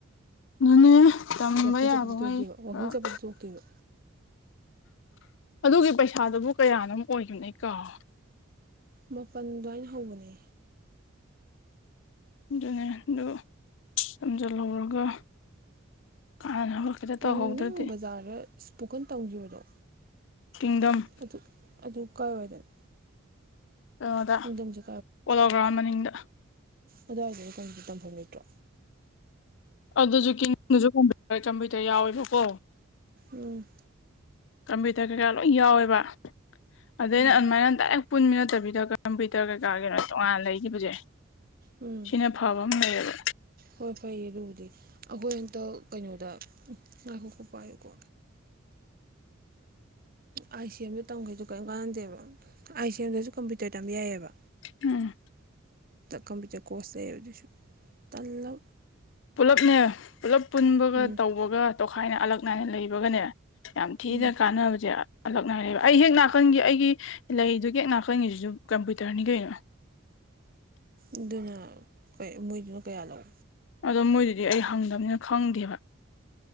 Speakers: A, on the left; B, on the right.
A: ꯑꯗꯨꯅꯦ ꯇꯝꯕ
B: ꯋꯥꯛꯀꯤꯡ
A: ꯌꯥꯕꯉꯩ
B: ꯆꯠꯄꯗꯤ ꯇꯣꯛꯇꯦꯕ ꯋꯥꯛꯀꯤꯡ
A: ꯈꯔ꯫
B: ꯆꯠꯄꯗꯤ ꯇꯣꯛꯇꯦꯕ
A: ꯑꯗꯨꯒꯤ ꯄꯩꯁꯥꯗꯨꯕꯨ ꯀꯌꯥꯅꯣ ꯑꯣꯏꯈꯤꯕꯅꯦ ꯑꯩ ꯀꯥꯎꯔꯦ꯫
B: ꯃꯥꯄꯜ ꯑꯗꯨꯋꯥꯏꯅ ꯍꯧꯕꯅꯦ꯫
A: ꯑꯗꯨꯅꯦ ꯑꯗꯨ ꯇꯝꯖꯜꯍꯧꯔꯒ ꯀꯥꯟꯅꯅꯕ꯫ ꯈꯤꯇ ꯇꯧꯍꯧꯗ꯭ꯔꯗꯤ
B: ꯎꯝ ꯅꯪ ꯕꯖꯥꯔꯗ ꯏꯁꯄꯣꯀꯟ ꯇꯧꯈꯤꯕꯗꯣ꯫
A: ꯀꯤꯡꯗꯝ
B: ꯑꯗꯨ ꯑꯗꯨ ꯀꯥꯏꯋꯥꯏꯗꯅꯣ꯫
A: ꯀꯩꯅꯣꯗ
B: ꯅꯤꯡꯗꯝꯁꯦ
A: ꯄꯣꯂꯣ ꯒ꯭ꯔꯥꯎꯟ ꯃꯅꯤꯡꯗ꯫
B: ꯑꯗꯨꯋꯥꯏꯗꯗꯤ ꯀꯝꯄꯨ ꯇꯝꯐꯝ ꯂꯩꯇ꯭ꯔꯣ꯫
A: ꯑꯗꯨꯁꯨꯁꯨꯝ ꯀꯝꯄ꯭ꯌꯨꯇꯔ ꯌꯥꯎꯋꯦꯕꯀꯣ
B: ꯎꯝ꯫
A: ꯀꯝꯄ꯭ꯌꯨꯇꯔ ꯀꯩꯀꯥ ꯂꯣꯏ ꯌꯥꯎꯋꯦꯕ ꯑꯗꯩ
B: ꯎꯝ
A: ꯑꯩꯅ ꯑꯗꯨꯃꯥꯏꯅ ꯗꯥꯏꯔꯦꯛ ꯄꯨꯟꯃꯤ ꯅꯠꯇꯕꯤꯗ ꯀꯝꯄ꯭ꯌꯨꯇꯔ ꯀꯩꯀꯥ ꯀꯩꯅꯣ ꯇꯣꯉꯥꯟꯅ ꯂꯩꯒꯤꯕꯖꯦ
B: ꯎꯝ
A: ꯁꯤꯅ ꯐꯕ ꯑꯃ ꯂꯩꯌꯦꯕ꯫
B: ꯍꯣꯏ ꯐꯩꯌꯦ ꯑꯗꯨꯕꯨꯗꯤ ꯑꯩꯈꯣꯏ ꯍꯟꯇꯛ ꯀꯩꯅꯣꯗ ꯉꯥꯏꯈꯣꯀꯣ ꯄꯥꯏꯌꯨꯀꯣ ꯑꯥꯏ ꯁꯤ ꯑꯦꯝꯁꯨ ꯇꯝꯈꯩꯗꯨ ꯀꯔꯤꯝ ꯀꯥꯟꯅꯗꯦꯕ ꯑꯥꯏ ꯁꯤ ꯑꯦꯝꯗꯁꯨ ꯀꯝꯄ꯭ꯌꯨꯇꯔ ꯇꯝꯕ ꯌꯥꯏꯌꯦꯕ꯫
A: ꯎꯝ꯫
B: ꯀꯝꯄ꯭ꯌꯨꯇꯔ ꯀ꯭ꯔꯣꯁꯦ ꯍꯧꯖꯤꯛꯁꯨ ꯇꯜꯂꯕ꯫
A: ꯄꯨꯜꯂꯞꯅꯦ ꯄꯨꯂꯞ ꯄꯨꯟꯕꯒ
B: ꯎꯝ
A: ꯇꯧꯕꯒ ꯇꯣꯈꯥꯏꯅ ꯑꯜꯂꯛ ꯅꯥꯏꯅ ꯂꯩꯕꯒꯅꯦ ꯌꯥꯝ ꯊꯤꯅ
B: ꯎꯝ
A: ꯀꯥꯟꯅꯕꯁꯦ ꯑꯜꯂꯛꯅꯏꯂꯩꯕ ꯑꯩ ꯍꯦꯛ ꯅꯥꯀꯟꯒꯤ ꯑꯩꯒꯤ ꯂꯩꯗꯨꯒꯤ ꯍꯦꯛ ꯅꯥꯀꯟꯒꯤꯁꯤꯁꯨ ꯀꯝꯄ꯭ꯌꯨꯇꯔꯅꯤ ꯀꯩꯅꯣ
B: ꯑꯗꯨꯅ ꯈꯣꯏ ꯃꯣꯏꯗꯨꯅ ꯀꯌꯥ ꯂꯧ
A: ꯑꯗꯣ ꯃꯣꯏꯗꯨꯗꯤ ꯑꯩ ꯍꯪꯗꯕꯅꯤꯅ ꯈꯪꯗꯦꯕ꯫